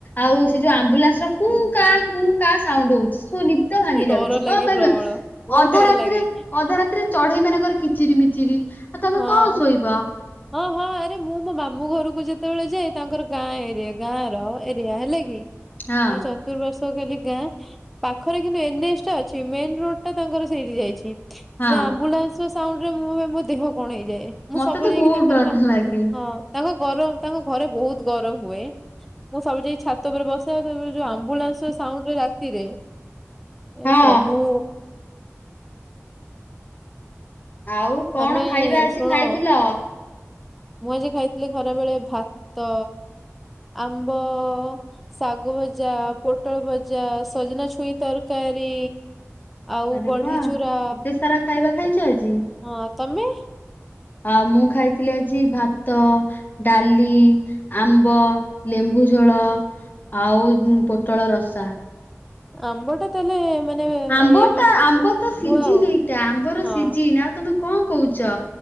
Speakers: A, on the left; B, in the centre.
A: ଆଉ ସେ ଯୋଉ ଆମ୍ବୁଲାନ୍ସର କୁଁ କା କୁଁ। କା ସାଉଣ୍ଡ ହଉଛି ସୁନିଦ ଭାଙ୍ଗି
B: ଡର
A: ଯାଉଛି
B: ଲାଗେ
A: କ'ଣ କହିବ
B: ପ୍ରବଳ ବହୁତ
A: ଅଧା
B: ଡର
A: ରାତିରେ
B: ଲାଗେ
A: ଅଧା ରାତି। ରାତିରେ ଚଢେଇ ମାନଙ୍କର କିଚିରି, ମିଚିରି। ଆଉ ତମେ
B: ହଁ।
A: କଣ ଶୋଇବ
B: ହଁ, ହଁ ଆରେ ମୁଁ ମୋ ମାମୁଁ ଘରୁକୁ ଯେତେବେଳେ ଯାଏ ତାଙ୍କର ଗାଁ ଏରିଆ ଗାଁ ର ଏରିଆ ହେଲା କି।
A: ହଁ
B: ହ ଚ। ଚତୁପା ର୍ଶ୍ୱ ଖାଲି ଗାଁ ପାଖରେ କିନ୍ତୁ ଏନ୍ ଏଚ ଟା ଅଛି ମେନେ ରୋଡ ଟା ତାଙ୍କର ସେଇଠି ଯାଇଛି।
A: ହଁ
B: ସେ ଆମ୍ବୁଲାନ୍ସର ସାଉଣ୍ଡରେ ମୁଁ ବି ମୋ ଦେହ କ'ଣ ହେଇଯାଏ। ମୁଁ
A: ମତେ
B: ସବୁବେଳେ
A: ତ
B: ଯାଇକି
A: ବହୁତ
B: ତାଙ୍କର
A: ଡର
B: ତାଙ୍କ
A: ଲାଗେ
B: ହଁ। ତାଙ୍କ ଗରମ ତାଙ୍କ ଘରେ ବହୁତୁ ଗରମ ହୁଏ ମୁଁ ସବୁ ଯାଇ ଛାତ ଉପରେ ବସି। ସେ ସମୟରେ ଯୋଉ ଆମ୍ବୁଲାନ୍ସ ସାଉଣ୍ଡ ରାତିରେ ଏ
A: ହଁ
B: ପ୍ରଭୁ।
A: ଆଉ କଣ
B: ଆମେ
A: ଖାଇବା ଆଜି
B: ଶୁଣ
A: ଖାଇଥିଲ।
B: ମୁଁ ଆଜି ଖାଇଥିଲି ଖରା ବେଳେ ଭାତ ଆମ୍ବ। ଶାଗ ଭଜା ପୋଟଳ ଭଜା ସଜନା ଛୁଇଁ ତରକାରୀ। ଆଉ
A: ଆରେ
B: ବଢି
A: ବା
B: ଚୁରା
A: ଏତେ ସାରା ଖାଇବା ଖାଇଛ ଆଜି
B: ହଁ ତମେ
A: ଆ ମୁଁ ଖାଇଥିଲି ଆଜି ଭାତ। ଡାଲି ଆମ୍ବ ଲେମ୍ବୁ ଝୋଳ। ଆଉ ପୋଟଳ ରସା।
B: ଆମ୍ବ ଟା ତାହେଲେ ମାନେ
A: ଆମ୍ବ
B: ଏ
A: ଟା ଆମ୍ବ ତ ସିଜିିନ
B: ହୁଏ ଆଉ
A: ଏଇଟା ଆମ୍ବର
B: ହଁ
A: ସିଜିନ୍ ଆଉ ତମେ କଣ କହୁଛ।